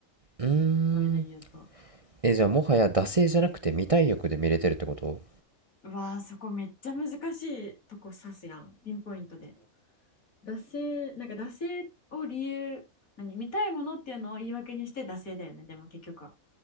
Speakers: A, on the right (about 35°); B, on the left (about 75°).
A: うーん
B: それで言うと。
A: えじゃあもはや惰性じゃなくて見たい欲で見れてるってこと
B: うわー、そこめっちゃ難しいとこ指すやん、ピンポイントで。惰性、なんか惰性を理由、何、見たいものっていうのを言い訳にして惰性だよね、でも結局は。